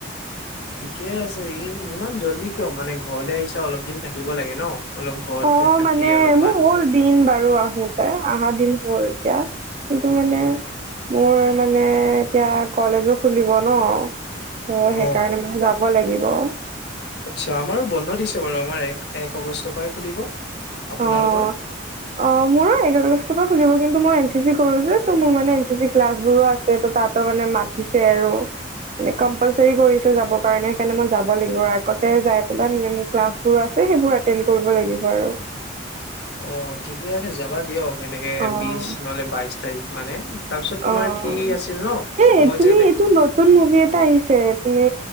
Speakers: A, on the left; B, on the right.
A: ঠিকে আছে ই ইমান জল্দি কিয় মানে ঘৰলে আহিছ অলপ দিন থাকিব লাগে ন অলপ ঘৰতে
B: অ
A: থাকি
B: মানে
A: অলপমান
B: মোৰ হ'ল দিন বাৰু আহোত তে আহা দিন হ'ল এতিয়া কিন্তু মানে মোৰ মানে এতিয়া কলেজো খুলিব ন ত
A: অ
B: সেইকাৰণে মানে যাব লাগিব
A: আতচ্ছা আমাৰো বন্ধ দিছে বাৰু আমাৰ এক এক অগষ্টৰ পৰাই খুলিব আপোনালোকৰ
B: অ', অ মোৰো এক আগষ্টৰ পৰা খুলিব কিন্তু মই এন চি চি কৰো যে ত' মোৰ মানে এন চি চি ক্লাছবোৰো আছে ত' তাত তা মানে মাতিছে আৰু মানে কম্পালচাৰী কৰিছে যাবৰ কাৰণে সেইকাৰণে মই যাব লাগিব আগতে যাই পেলাই মানে ম ক্লাছবোৰ আছে সেইবোৰ এটেণ্ড কৰিব লাগিব আৰু
A: অ ঠিকে আছে যাবা দিয়ক এনেকে
B: অ',
A: বিশ নহলে বাইশ তাৰিখ মানে তাৰপিছত তোমাৰ
B: অ',
A: কি আছিল ন
B: এই
A: মই
B: তুমি
A: যেনেক
B: এইটো নতুন মুভি এটা আহিছে তুমি